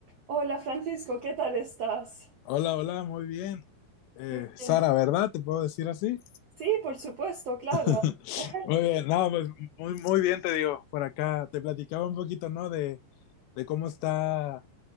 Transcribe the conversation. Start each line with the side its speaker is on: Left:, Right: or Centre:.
Right: Hola Francisco, ¿qué tal estás?
Left: Hola, hola, muy bien. Eh,
Right: Muy
Left: Sara,
Right: bien.
Left: ¿verdad? ¿Te puedo decir así?
Right: Sí, por supuesto, claro.
Left: <laughs>
Right: <laughs>
Left: Muy bien, no, pues muy, muy bien te digo. Por acá te platicaba un poquito, ¿no? De, de cómo está